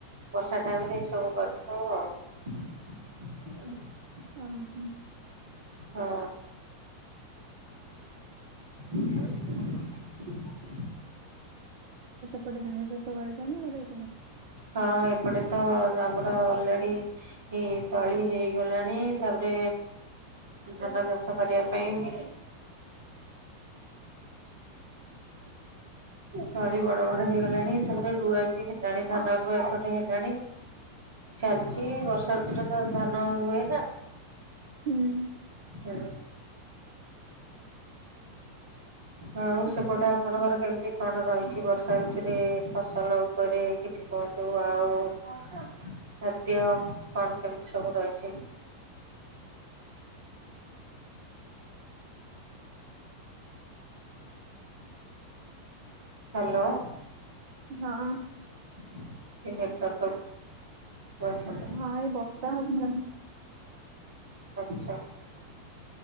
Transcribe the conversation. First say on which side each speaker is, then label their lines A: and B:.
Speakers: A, on the right (about 60°); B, on the right (about 45°).
A: ବର୍ଷା ଟାଇମ ରେ ଏ ସବୁ କରିଥା ହଉ ଆଉ।
B: ହଁ ହୁଁ।
A: ହଁ।
B: <inaudible>
A: <inaudible>
B: ଗୋଟେ ଧାନ ଚାଷ କରାଯା ନା ଗୋଟେ
A: ହଁ। ଏପଟେ ତ ଆମର ଅଲରେଡି ତଳି ହେଇଗଲାଣି, ତାପରେ ଧାନ ଚାଷ କରିବା ପାଇଁ ବି ତଳି ବଡ ବଡ ହେଇଗଲାଣି ତାପରେ ରୁଆ ବି! ରୁଆରୁଅ ଏପଟେ ହେଲାଣି। ଚାଲିଚ ବର୍ଷା ଋତୁରେ ତ ଧାନ ହୁଏ ନା!
B: ହୁଁ।
A: ହୁଁ।
B: <unintelligible>
A: ଆଉ
B: ଉହୁଁ
A: ସେପଟେ ଆପଣଙ୍କର କେମିତି କଣ ରହିଛି? ବର୍ଷା ଋତୁରେ ଫସଲ ଉପରେ କିଛି କୁହନନ୍ତୁ ଆଉ ଖାଦ୍ୟ କଣ କେମିତି ସବୁ ରହିଛି?
B: <unintelligible> ଆ <unintelligible>
A: ହ୍ୟାଲୋ!
B: ହଁ।
A: <unintelligible> ଆସନ୍ତୁ
B: ହଁ ଏଇ ବର୍ଷା ହଉଛି।
A: ଆଚ୍ଛା